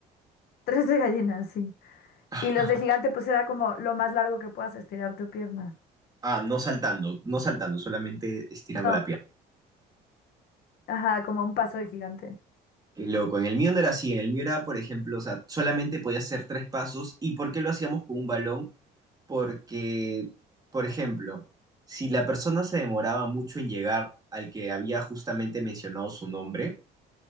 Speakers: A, on the left; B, on the right.
A: <laughs> tres de gallina, sí.
B: <laughs>
A: Y los de gigante, pues era como lo más largo que puedas estirar tu pierna.
B: Ah, no saltando, no saltando, solamente estirando
A: No,
B: la pierna.
A: ajá, como un paso de gigante.
B: Qué loco. En el mío no era así. En el mío era, por ejemplo, o sea, solamente podía hacer tres pasos. ¿Y por qué lo hacíamos con un balón? Porque, por ejemplo, si la persona se demoraba mucho en llegar al que había justamente mencionado su nombre